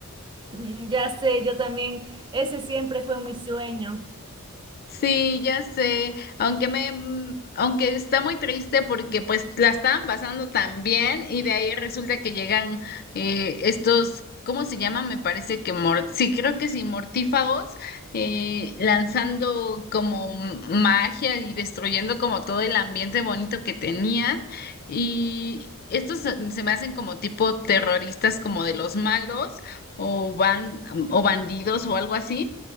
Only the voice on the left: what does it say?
Sí, ya sé, aunque me, mm, aunque está muy triste porque pues la estaban pasando tan bien y de ahí resulta que llegan eh, estos, ¿cómo se llaman? Me parece que, mor sí, creo que sí, mortífagos, eh, lanzando como magia y destruyendo como todo el ambiente bonito que tenían y estos se se me hacen como tipo terroristas como de los malos o, ban o bandidos o algo así